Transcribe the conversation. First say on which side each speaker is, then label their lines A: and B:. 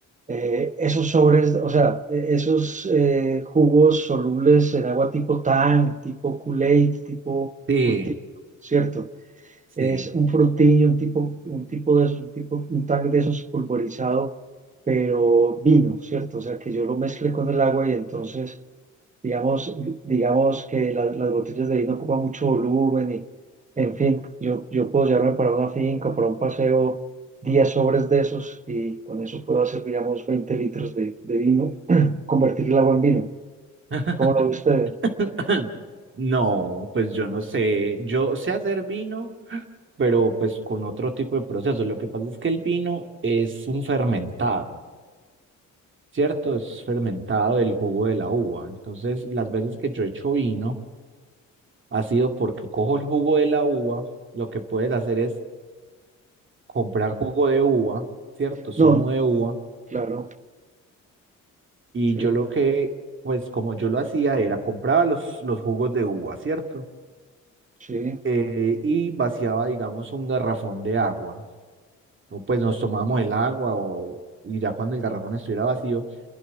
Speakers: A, on the right; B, on the right.
A: eh, esos sobres, o sea, eh, esos eh, jugos solubles en agua tipo Tang, tipo Kool-Aid, tipo
B: Sí,
A: Fruity, ¿cierto?
B: sí.
A: Es un Fruity, un tipo, un tipo de esos, un tipo, un Tang de esos pulverizado, pero vino, ¿cierto? O sea, que yo lo mezcle con el agua y entonces Digamos, digamos que la- las botellas de vino ocupan mucho volumen y, en fin, yo, yo puedo llevarme para una finca, para un paseo, 10 sobres de esos y con eso puedo hacer, digamos, 20 litros de, de vino, <clears throat> convertir el agua en vino.
B: <laughs>
A: ¿Cómo lo ve usted?
B: No, pues yo no sé. Yo sé hacer vino, pero pues con otro tipo de proceso. Lo que pasa es que el vino es un fermentado, ¿cierto? Es fermentado del jugo de la uva. Entonces, las veces que yo he hecho vino ha sido porque cojo el jugo de la uva, lo que puedes hacer es comprar jugo de uva, ¿cierto? Zumo
A: No,
B: de uva.
A: claro,
B: Y
A: sí,
B: yo lo que, pues como yo lo hacía era compraba los, los jugos de uva, ¿cierto?
A: sí,
B: Eh, y vaciaba, digamos, un garrafón de agua. O pues nos tomábamos el agua o, o- y ya cuando el garrafón estuviera vacío,